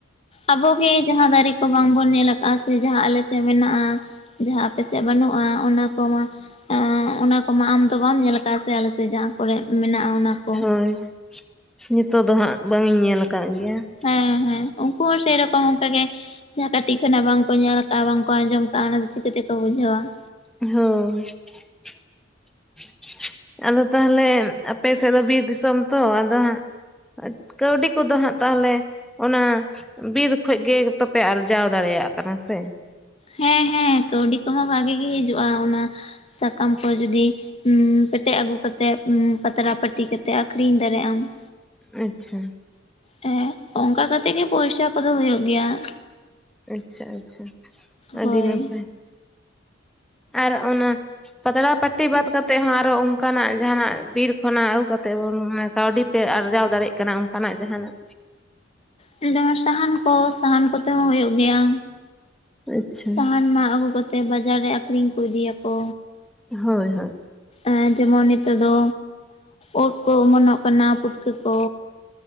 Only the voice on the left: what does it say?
ᱟᱵᱚ ᱜᱮ ᱡᱟᱦᱟᱸ ᱫᱟᱨᱮ ᱠᱚ ᱵᱟᱝᱵᱚᱱ ᱧᱮᱞ ᱟᱠᱟᱜᱼᱟ ᱥᱮ ᱡᱟᱦᱟᱸ ᱟᱞᱮ ᱥᱮᱫ ᱢᱮᱱᱟᱜᱼᱟ ᱡᱟᱦᱟᱸ ᱟᱯᱮ ᱥᱮᱫ ᱵᱟᱹᱱᱩᱜᱼᱟ ᱚᱱᱟ ᱾ ᱠᱚᱢᱟ <unintelligible> ᱚᱱᱟ ᱠᱚᱢᱟ ᱟᱢ ᱫᱚ ᱵᱟᱢ ᱧᱮᱞ ᱟᱠᱟᱫᱼᱟ ᱥᱮ ᱟᱞᱮᱥᱮᱫ ᱡᱟᱦᱟᱸ ᱠᱚᱨᱮ ᱢᱮᱱᱟᱜᱼᱟ ᱚᱱᱟ ᱠᱚ ᱾
ᱦᱮᱸ ᱦᱮᱸ ᱩᱱᱠᱩ ᱦᱚᱸ ᱥᱮ ᱨᱚᱠᱚᱢ ᱚᱱᱠᱟ ᱜᱮ ᱡᱟᱦᱟᱸ ᱠᱟᱹᱴᱤᱡ ᱠᱷᱚᱱᱟᱜ ᱵᱟᱝᱠᱚ ᱧᱮᱞ ᱟᱠᱟᱫᱼᱟ ᱵᱟᱝ ᱠᱚ ᱟᱸᱡᱚᱢ ᱟᱠᱟᱫᱼᱟ ᱚᱱᱟ ᱫᱚ ᱪᱤᱠᱟᱹ ᱛᱮᱠᱚ ᱵᱩᱡᱷᱟᱹᱣᱟ ᱾
ᱦᱮᱸ ᱦᱮᱸ ᱠᱟᱹᱣᱰᱤ ᱠᱚ ᱦᱚᱸ ᱵᱷᱟᱜᱮ ᱜᱮ ᱦᱤᱡᱩᱜᱼᱟ ᱚᱱᱟ ᱥᱟᱠᱟᱢ ᱠᱚ ᱡᱩᱫᱤ ᱯᱮᱴᱮᱡ ᱟᱹᱜᱩ ᱠᱟᱛᱮᱜ ᱯᱟᱛᱲᱟ ᱯᱟᱹᱴᱤ ᱠᱟᱛᱮᱜ ᱟᱠᱷᱨᱤᱧ ᱫᱟᱲᱮᱭᱟᱜ ᱟᱢ ᱾
ᱦᱮᱸ ᱚᱱᱠᱟ ᱠᱟᱛᱮᱜ ᱜᱮ ᱯᱚᱭᱥᱟ ᱠᱚᱫᱚ ᱦᱳᱭᱳᱜ ᱜᱮᱭᱟ ᱾
ᱦᱳᱭ
ᱱᱚᱣᱟᱟ ᱥᱟᱦᱟᱱ ᱠᱚ ᱥᱟᱦᱟᱱ ᱠᱚᱛᱮ ᱦᱚᱸ ᱦᱩᱭᱩᱜ ᱜᱮᱭᱟ
ᱥᱟᱦᱟᱱ ᱢᱟᱜ ᱟᱹᱜᱩ ᱠᱟᱛᱮ ᱛᱮ ᱵᱟᱡᱟᱨ ᱨᱮ ᱟᱠᱷᱨᱤᱧ ᱠᱚ ᱤᱫᱤᱭᱟᱠᱚ
ᱮ ᱡᱮᱢᱚᱱ ᱱᱤᱛᱚᱜ ᱫᱚ ᱳᱫ ᱠᱚ ᱚᱢᱚᱱᱚᱜ ᱠᱟᱱᱟ ᱯᱩᱴᱠᱟᱹ ᱠᱚ